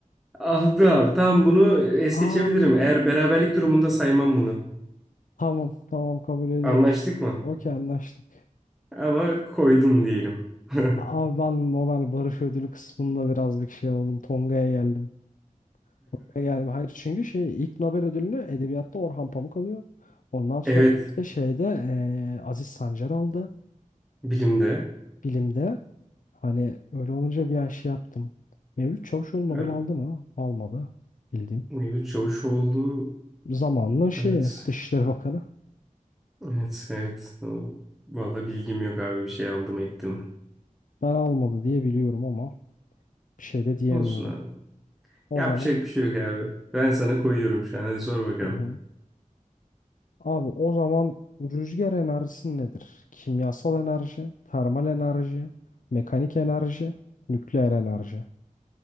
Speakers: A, in the centre; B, on the left.
A: Ah be abi tamam bunu es
B: Aa,
A: geçebilirim. Eğer beraberlik durumunda saymam bunu.
B: tamam tamam kabul ediyorum.
A: Anlaştık mı?
B: Okey anlaştık.
A: Ama koydum diyelim. <laughs>
B: Abi ben Nobel Barış Ödülü kısmında birazcık şey oldum. Tonga'ya geldim. Tonga'ya geldim. Hayır çünkü şey ilk Nobel ödülünü edebiyatta Orhan Pamuk alıyor. Ondan sonra
A: Evet.
B: işte şeyde eee, Aziz Sancar aldı.
A: Bilimde.
B: bilimde. Hani öyle olunca bir ay şey yaptım. Mevlüt Çavuşoğlu Nobel
A: Evet,
B: aldı mı? Almadı. Bildiğim.
A: Mevlüt Çavuşoğlu.
B: Zamanının şeyi
A: Evet.
B: Dışişleri Bakanı.
A: Evet. Evet. Vallahi bilgim yok abi. Bir şey aldım ettim.
B: Ben almadı diye biliyorum ama bir şey de diyemiyorum.
A: Olsun abi.
B: O
A: Yapacak
B: zaman
A: bir şey yok abi. Ben sana koyuyorum şu an. Hadi sor bakalım.
B: Hı hı. Abi o zaman rüzgar enerjisi nedir? Kimyasal enerji, termal enerji, mekanik enerji, nükleer enerji.